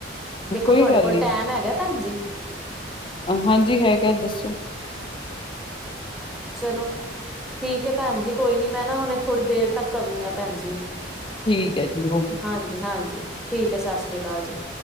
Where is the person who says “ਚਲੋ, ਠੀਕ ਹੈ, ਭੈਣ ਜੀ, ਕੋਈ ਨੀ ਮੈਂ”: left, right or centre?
Centre